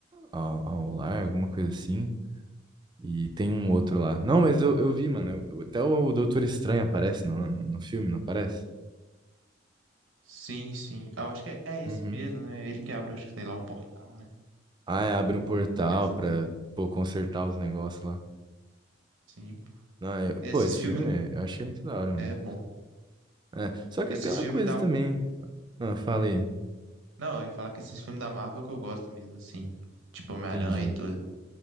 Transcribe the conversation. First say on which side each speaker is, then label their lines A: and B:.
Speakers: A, on the right (about 20°); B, on the right (about 80°).
A: ao, ao lar, alguma coisa assim. E tem um outro lá. Não, mas eu, eu vi, mano. eu- eu- até o, Doutor Estranho aparece no, no, no filme, não aparece?
B: Sim, sim. Ah, Eu acho que é, é esse
A: Uhum.
B: mesmo, né? Ele que abre, acho que sei lá, um portal, né?
A: Ah, é, abre um portal
B: Por exemplo.
A: pra, pô, consertar os negócios lá.
B: Sim.
A: Não, eu-
B: Esses
A: pô, esse
B: filmes.
A: filme é- eu achei muito da hora, mano.
B: É bom.
A: É, só que
B: Esses
A: aquela
B: filmes
A: coisa
B: da,
A: também. Ah, falei,
B: Não, eu ia falar que esses filmes da Marvel é que eu gosto mesmo, assim. Tipo Homem-Aranha
A: entendi.
B: e tudo.